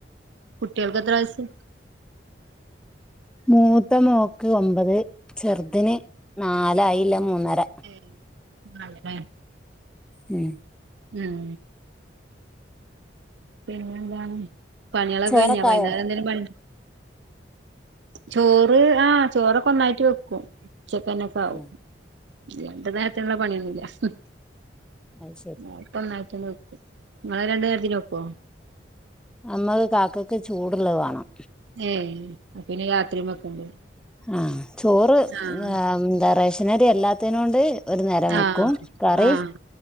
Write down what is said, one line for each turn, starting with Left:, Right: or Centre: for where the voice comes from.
Right: കുട്ട്യാൾക്ക്എത്രവയസ്?
Centre: മൂത്ത മോക്ക് ഒമ്പത്, ചെറുതിന് നാലയില്ല, മൂന്നര.
Right: ഏഹ്... മൂന്നാള് ലേ
Centre: ഉം..
Right: ഉം... പിന്നെന്താണ് പണികളൊക്കെ
Centre: ചോറൊക്കെ
Right: കഴിഞ്ഞാ വൈന്നേരം
Centre: ആയോ
Right: എന്തേലും പണിയുണ്ടോ. ചോറ്... ആ ചോറൊക്കെ ഒന്നായിട്ട് വെക്കും. ഉച്ചക്കെന്നെ ഒക്കെ ആകും.
Centre: ഉം
Right: രണ്ട് നേരത്തിന്ള്ള പണിയൊന്നുല്ല. ഹ്ഹ്മ്
Centre: അത് ശരി
Right: ഇപ്പൊന്നായിട്ടന്നെ വെക്കും. ഇങ്ങള് രണ്ടു നേരത്തിന് വെക്കുവോ.
Centre: അമ്മള് കാക്കക്ക് ചൂടുള്ളത് വാണം.
Right: ഏയ്... അപ്പൊ പിന്നെ രാത്രിം വെക്കേണ്ടി വരും.
Centre: ആഹ് ചോറ്
Right: ആഹ്
Centre: ആ മ് എന്താ റേഷനരി അല്ലാത്തെനോണ്ട്. ഒരു നേരം
Right: ആഹ്
Centre: വെക്കും കറി
Right: ആഹ്